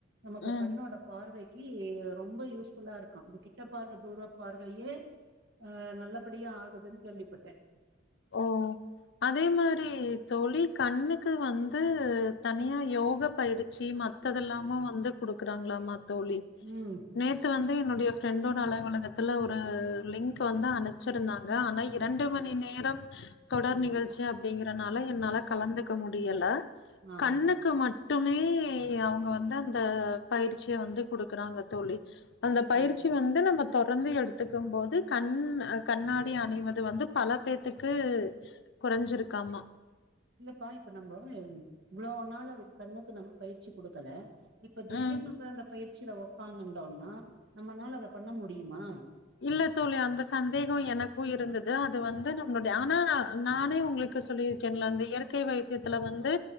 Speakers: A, on the right; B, on the left.
A: நமக்கு
B: ம்.
A: கண்ணோட பார்வை கீ ரொம்ப யூஸ்ஃபுல்லா இருக்கா இந்த கிட்ட பார்வை தூர பார்வையே அஹ் நல்லபடியா ஆகுதுன்னு கேள்விபட்டேன்
B: ஓ அதே மாரி தோழிக் கண்ணுக்கு வந்து தனியா யோகா பயிற்சி மத்ததலாம் வந்து கொடுக்குறாங்களாம் தோழி
A: ம்
B: நேத்து வந்து என்னுடைய ஃப்ரெண்டோட அலுவலகத்தை அதுல ஒரு லிங்க் வந்து அனுச்சிருந்தாங்க ஆனா இரண்டு மணி நேரம் தொடர் நிகழ்ச்சி அப்படிங்குறதுனால என்னால கலந்துக்க முடியல
A: ஆஹா
B: கண்ணுக்கு மட்டு அதுக்கு மட்டுமே அவங்க வந்து அந்த பயிற்சிய வந்து கொடுக்குறாங்க தோழி அந்த பயிற்சி
A: ஆ
B: வந்து நம்மகு தொடர்ந்து எடுத்துக்கும் போது கண் கண்ணாடி அணிவது வந்து பலத்துக்கு க்கு குறைஞ்சிருக்காமா
A: இல்லப்பா இப்ப நம்ம இவ்வளவுன்னாலும் அதுக்கு கண்ணுக்கு நம்ம பயிற்சி குடுக்கல இப்ப திடீர்னு
B: ம்
A: அந்த பயிற்சி கீழ உக்காங்கடோம்னா நம்மளால அதை பண்ண முடியுமா
B: இல்ல தோழி அந்த சந்தேகம் எனக்கும் இருந்தது அது வந்து நம்மளுடைய ஆனா நானே உங்களுக்கு சொல்லியிருக்கேன்ல அந்த இயற்கை வைத்தியத்துல வந்து